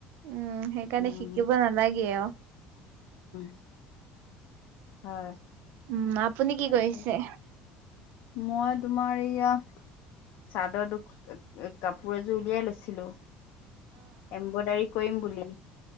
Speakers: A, on the right (about 70°); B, on the left (about 70°).
A: উম সেইকাৰণে
B: উম।
A: শিকিব নালাগে আৰু
B: <inaudible> হয়
A: উম আপুনি কি
B: তাৰপিছত
A: কৰিছে
B: মই তোমাৰ এইয়া চাদৰ দুখ কাপোৰ এযোৰ উলিয়াই লৈছিলো এম্ব্ৰইডাৰী কৰিম বুলি